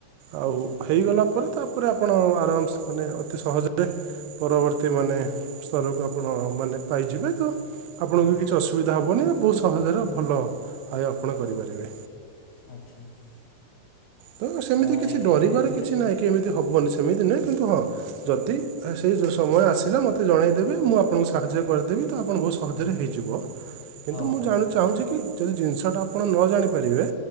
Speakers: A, on the right; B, on the left.
A: ଆଉ
B: ଆଚ୍ଛା
A: ହେଇଗଲା ତାପରେ ତାପରେ ଆପଣ ଆରାମସେ ମାନେ ଅତି ସହଜରେ ପରବର୍ତ୍ତୀ ମାନେ ସ୍ତରକୁ ଆପଣ ମାନେ ପାଇଯିବେ ତ ଆପଣଙ୍କୁ
B: ହଁ ହଁ
A: କିଛି ଅସୁବିଧା ହବନି ଆଉ ବୋହୁତ୍ ସହଜରେ ଭଲ ଆୟ ଆପଣ
B: ହଁ
A: କରିପାରିବେ।
B: <unintelligible>
A: ତ ସେମିତି
B: ଆ,
A: କିଛି
B: ଏଥିରେ
A: ଡରିବାର
B: ଏଥିରେ
A: କିଛି ନାହିଁ କି ଏମିତି ହବନି ସେମିତି ନୁହେଁ କିନ୍ତୁ ହଁ ଯଦି ସେଇ ସମୟ ଆସିଲା ମତେ ଜଣେଇଦେବେ ମୁଁ ଆପଣଙ୍କୁ ସାହାଯ୍ୟ କରିଦେବି ତ ଆପଣ ବୋହୁତ୍ ସହଜରେ
B: ହଁ
A: ହେଇଯିବ। କିନ୍ତୁ
B: ହଉ
A: ମୁଁ
B: ହଉ
A: ଯାହା ଚାହୁଁଛି କି ଯଦି ଜିନିଷଟା ଆପଣ ନ ଜାଣିପାରିବେ